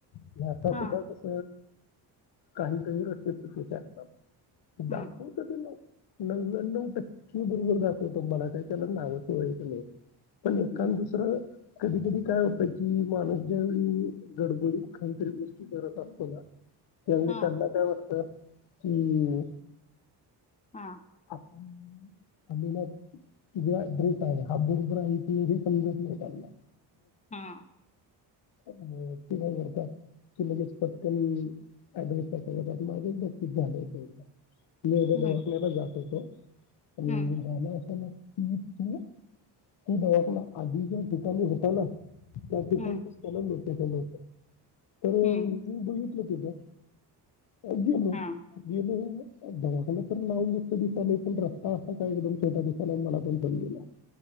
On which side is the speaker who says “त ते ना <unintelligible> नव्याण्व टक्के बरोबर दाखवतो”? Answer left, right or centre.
Left